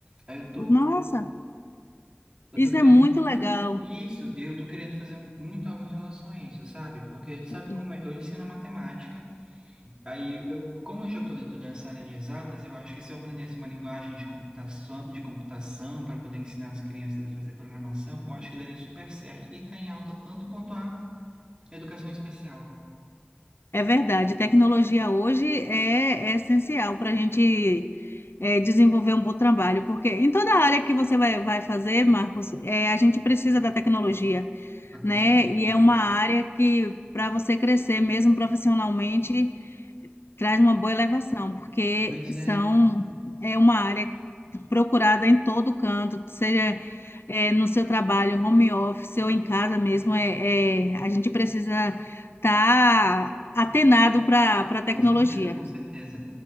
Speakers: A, on the right; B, on the left.
A: Aí eu tô,
B: Nossa,
A: eu
B: isso
A: tô querendo
B: é muito
A: muito
B: legal.
A: fa- Isso, eu tô querendo fazer um- muito algo em relação a isso, sabe? Porque sabe
B: É,
A: como é? Eu ensino a matemática. Aí, eu, como eu já estou dentro dessa área de exatas, eu acho que se eu aprendesse uma linguagem de computação, de computação para poder ensinar as crianças a fazer programação, eu acho que daria super certo. E está em alta tanto quanto a educação especial.
B: é verdade. Tecnologia hoje é, é essencial para a gente é, desenvolver um bom trabalho, porque em toda área que você vai, vai fazer, Marcos, é, a gente precisa da tecnologia,
A: Ah,
B: né?
A: com certeza.
B: E é uma área que, para você crescer mesmo profissionalmente, traz uma boa elevação, porque
A: Pois é,
B: são, é uma área procurada em todo canto, seja é, no seu trabalho, home office ou em casa mesmo, é, é, a gente precisa estar atenado para para a tecnologia.
A: Com certeza, com certeza.